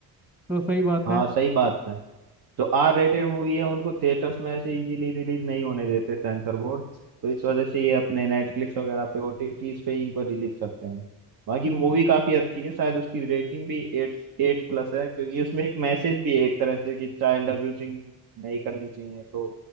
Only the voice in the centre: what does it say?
तो सही बात
है